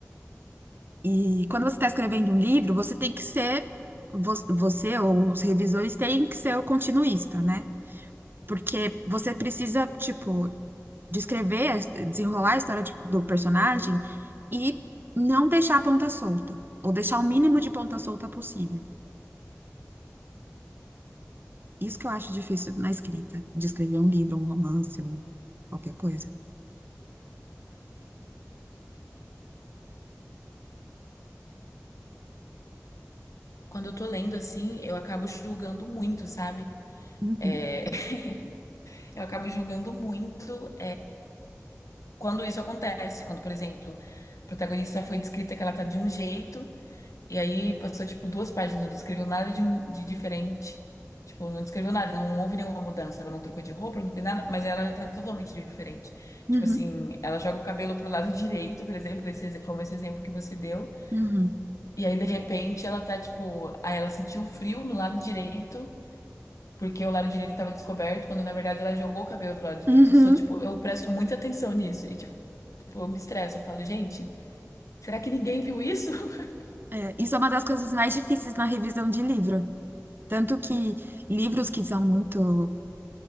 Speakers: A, on the right; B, on the left.
A: E quando você está escrevendo um livro, você tem que ser, vo- você ou os revisores têm que ser o continuista, né? Porque você precisa, tipo, descrever, a his- desenrolar a história de- do personagem e não deixar a ponta solta, ou deixar o mínimo de ponta solta possível. Isso que eu acho difícil na escrita, de escrever um livro, um romance ou qualquer coisa.
B: Quando eu tô lendo assim, eu acabo julgando muito, sabe?
A: Uhum,
B: É, <laughs> eu acabo julgando muito quando isso acontece, quando, por exemplo, a protagonista foi descrita que ela tá de um jeito, e aí passou, tipo, duas páginas, não descreveu nada de, de diferente. Tipo, não descreveu nada, não houve nenhuma mudança. Ela não trocou de roupa, não fez nada, mas ela já tá totalmente diferente.
A: uhum,
B: Tipo assim, ela joga o cabelo pro lado direito, por exemplo, esse, exe- como esse exemplo que você deu.
A: uhum,
B: E aí, de repente, ela tá, tipo, aí ela sentiu frio no lado direito. Porque o lado direito tava descoberto, quando na verdade ela jogou o cabelo pro lado direito.
A: uhum.
B: Eu sou, tipo, eu presto muita atenção nisso. E, tipo, Tipo, eu me estresso, eu falo, gente, será que ninguém viu isso? <laughs>
A: É, isso é uma das coisas mais difíceis na revisão de livro. Tanto que livros que são muito,